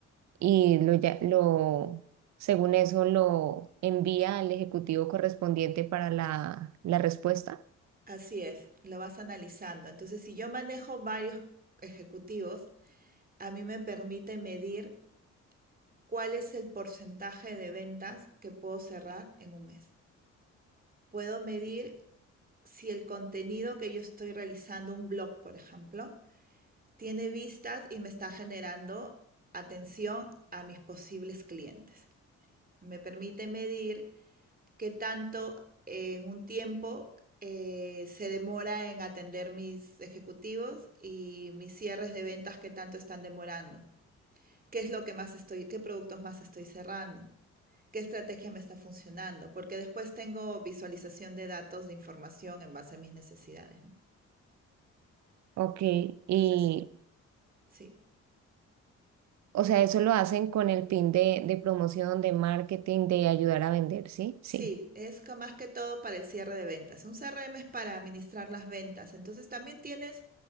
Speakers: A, on the right; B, on the right.
A: y lo, ya- lo, según eso lo envía al ejecutivo correspondiente para la, la respuesta.
B: Así es, lo vas analizando. Entonces, si yo manejo varios ejecutivos, a mí me permite medir cuál es el porcentaje de ventas que puedo cerrar en un mes. Puedo medir si el contenido que yo estoy realizando, un blog, por ejemplo, tiene vistas y me está generando atención a mis posibles clientes. Me permite medir qué tanto en un tiempo eh, se demora en atender mis ejecutivos y mis cierres de ventas qué tanto están demorando qué es lo que más estoy, qué productos más estoy cerrando, qué estrategia me está funcionando, porque después tengo visualización de datos, de información en base a mis necesidades, ¿no?
A: Ok,
B: Entonces,
A: y
B: sí.
A: o sea, eso lo hacen con el fin de, de promoción, de marketing, de ayudar a vender, ¿sí?
B: Sí,
A: Sí,
B: es ca- más que todo para el cierre de ventas. Un CRM es para administrar las ventas. Entonces también tienes,